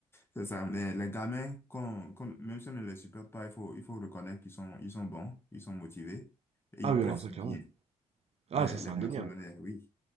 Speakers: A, on the left; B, on the right.
A: c'est ça. Mais les gamins, qu'on, qu'on- même si on ne les supporte pas, il faut, il faut reconnaître qu'ils sont, ils sont bons, ils sont motivés et
B: Ah
A: ils
B: oui,
A: pressent
B: alors ça, clairement.
A: bien.
B: Ah,
A: Les,
B: ça, c'est
A: les
B: Ouais,
A: Barcelonais,
B: ouais. indéniable.
A: oui,